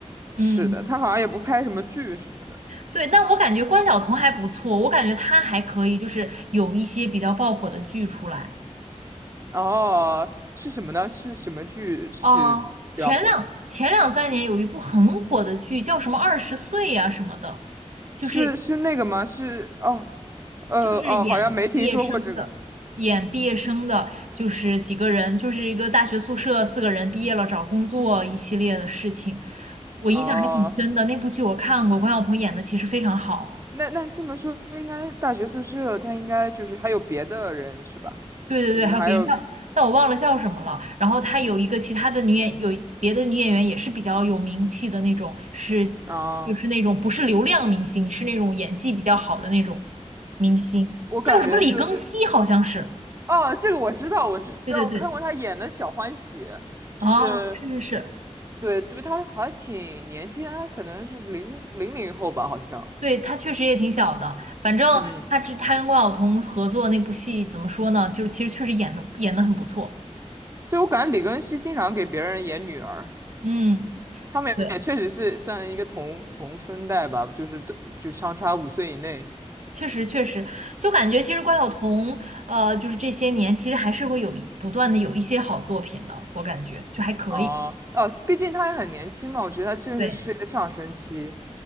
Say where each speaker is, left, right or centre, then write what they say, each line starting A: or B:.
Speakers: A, on the right (about 80°); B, on the right (about 25°).
A: 嗯。
B: 是的，他好像也不拍什么剧什么的。
A: 对，但我感觉关晓彤还不错，我感觉她还可以，就是有一些比较爆火的剧出来。
B: 哦，是什么呢？是什么剧是比较火的？
A: 哦，前两前两三年有一部很火的剧，叫什么《二十岁》呀什么的，就是
B: 是是那个吗？是哦，呃哦，
A: 就是演毕业生的，
B: 好像没听说过这个。
A: 演毕业生的，就是几个人，就是一个大学宿舍四个人毕业了找工作一系列的事情，我印象还挺深的。
B: 哦
A: 那部剧我看过，关晓彤演的其实非常好。
B: 那那这么说，应该大学宿舍他应该就是还有别的人是吧？
A: 对对对，
B: 就是还有
A: 还有别人，但但我忘了叫什么了。然后她有一个其他的女演，有别的女演员也是比较有名气的那种，是
B: 啊、
A: 就是那种不是流量明星，是那种演技比较好的那种明星，
B: 我感觉就是
A: 叫什么李庚希好像是。
B: 哦，这个我知道，我知道，
A: 对对对，
B: 我看过他演的《小欢喜》，
A: 啊，
B: 就是
A: 是是是，
B: 对对，他还挺年轻他可能是零零零后吧，好像。
A: 对，她确实也挺小的。反正她之她跟关晓彤合作那部戏，
B: 嗯，
A: 怎么说呢？就是其实确实演的演的很不错。
B: 对，我感觉李庚希经常给别人演女儿，
A: 嗯，
B: 他们也确实是算一个同同生代吧，
A: 对。
B: 就是就相差五岁以内。
A: 确实，确实，就感觉其实关晓彤，呃，就是这些年其实还是会有一不断的有一些好作品的，我感觉就还可以。
B: 哦，哦，毕竟他也很年轻嘛，我觉得他正是事业的上升期
A: 对，